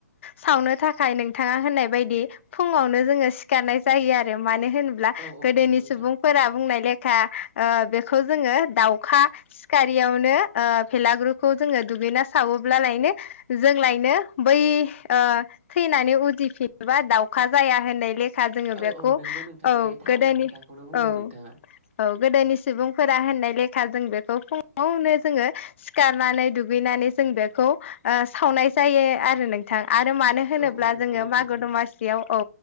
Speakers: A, on the left; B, on the right.
A: सावनो थाखाय नोंथाङा होननाय बायदि। फुङावनो जोंङो सिखारनाय जायो आरो मानो होनोब्ला
B: औ औ
A: गोदोनि
B: नंगौ नोंथां
A: सुबुंफोरा बुंनाय ले लेखा ओ बेखौ जोंङो दावखा सिखारैयावनोे ओ बेलागुर जोंङो दुगैना सावोब्लालायनो जोंलायनो बै ओ थैनानै उदिफिनबा। दावखा जाया होननाय लेखा जोंङो
B: औ
A: बेखौ
B: औ नंगौ नोंथां
A: औ।
B: बे थार
A: गोदोनि
B: खोथाखौनो बुंदों
A: औ
B: नोंथाङा
A: औ। गोदोनि सुबुंफोरा होननाय लेखा जों बेखौ फुङावनो जोंङो सिखारनानै दुगैनानै जों। जों बेखौ ओ सावनाय जायो आरो नोंथां। आरो मानो होनोब्ला
B: औ औ नंगौ
A: जोंङो
B: नोंथां
A: मागो दमासियाव। औ